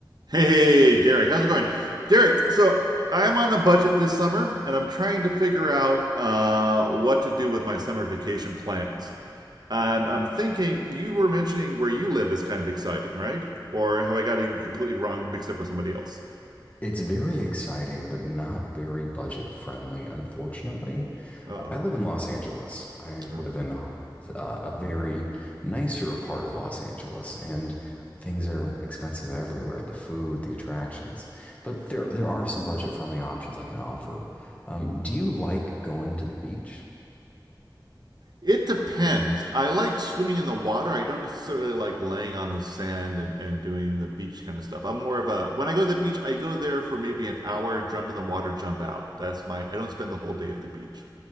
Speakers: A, on the right (about 60°); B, on the left (about 20°).
A: Hey, hey, hey, Derek, how's it going? Derek, so I'm on a budget this summer and I'm trying to figure out uh, what to do with my summer vacation plans. And I'm thinking, you were mentioning where you live is kind of exciting, right? Or have I got you completely wrong, mixed up with somebody else?
B: It's very exciting, but not very budget friendly, unfortunately.
A: Uh
B: I live
A: oh.
B: in Los Angeles. I live
A: Oh.
B: in uh, a very nicer part of Los Angeles, and things are expensive everywhere, the food, the attractions. But there there are some budget friendly options I can offer. Um, do you like going to the beach?
A: It depends. I like swimming in the water. I don't necessarily like laying on the sand and, and doing the beach kind of stuff. I'm more of a when I go to the beach, I go there for maybe an hour, jump in the water, jump out. That's my I don't spend the whole day at the beach.